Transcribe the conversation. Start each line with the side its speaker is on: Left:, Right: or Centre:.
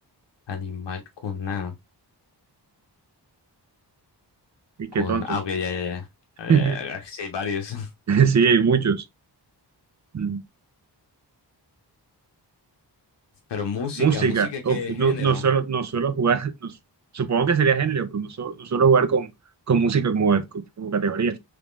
Left: Animal con A.
Right: Y qué
Left: Con
Right: tontos.
Left: Ah, ok, ya, ya, ya. Eh,
Right: <laughs>
Left: sí, hay varios. <laughs>
Right: Sí, hay muchos. Mm.
Left: Pero música,
Right: Música.
Left: música,
Right: Uf,
Left: ¿qué
Right: no,
Left: género?
Right: no suelo, no suelo jugar, <laughs> no su- supongo que sería género, pero no, su- no suelo jugar con, con música como, como categoría.